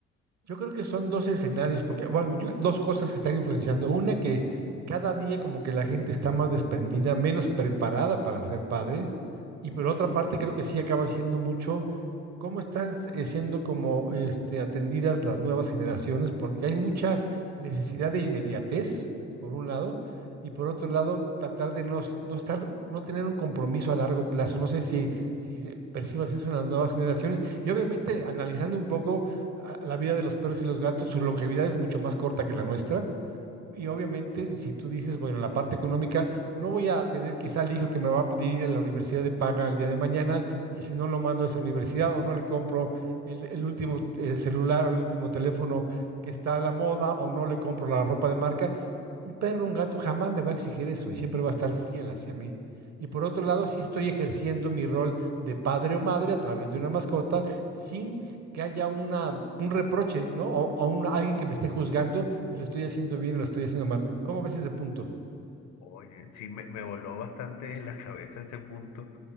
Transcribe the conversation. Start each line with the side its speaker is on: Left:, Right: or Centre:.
Right: Yo creo que son dos escenarios, porque, bueno, yo- dos cosas que están influenciando. Una, que cada día como que la gente está más desprendida, menos preparada para ser padre. Y por otra parte, creo que sí acaba siendo mucho cómo están eh, siendo como este, atendidas las nuevas generaciones, porque hay mucha necesidad de inmediatez, por un lado, y por otro lado, tratar de no, s- no estar, no tener un compromiso a largo plazo. No sé si, si percibas eso en las nuevas generaciones. Y obviamente, analizando un poco a la vida de los perros y los gatos, su longevidad es mucho más corta que la nuestra y obviamente, si tú dices, bueno, la parte económica, no voy a tener quizá el hijo que me va a pedir ir a la universidad de paga el día de mañana, y si no lo mando a esa universidad o no le compro el, el último eh, celular o el último teléfono que está a la moda o no le compro la ropa de marca, un perro, un gato jamás me va a exigir eso y siempre va a estar fiel hacia mí. Y por otro lado, sí estoy ejerciendo mi rol de padre o madre a través de una mascota sin que haya una, un reproche, ¿no? O, o un- alguien que me esté juzgando si lo estoy haciendo bien o lo estoy haciendo mal. ¿Cómo ves ese punto?
Left: Oye, sí, me, me voló bastante la cabeza ese punto